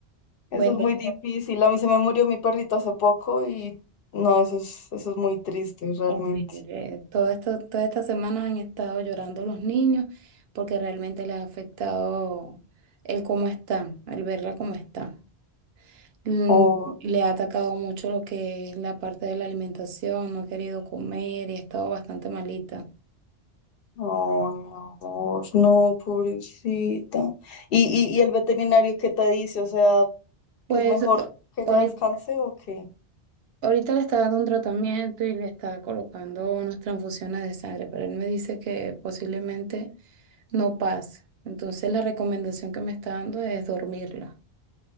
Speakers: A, on the left (about 65°); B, on the right (about 70°).
A: eso
B: Bueno.
A: es muy difícil. A mí se me murió mi perrito hace poco y no, eso es, eso es muy triste realmente.
B: Horrible. Todo esto, toda esta semana han estado llorando los niños porque realmente les ha afectado el cómo están, el verla cómo está. Mm,
A: Oh,
B: Le ha atacado mucho lo que es la parte de la alimentación, no ha querido comer y ha estado bastante malita.
A: no, mi amor, no, pobrecita. ¿Y, y, y el veterinario qué te dice? O sea...
B: Pues
A: que es mejor que ella
B: ahorita,
A: descanse o qué?
B: ahorita le está dando un tratamiento y le está colocando unas transfusiones de sangre, pero él me dice que posiblemente no pase. Entonces la recomendación que me está dando es dormirla.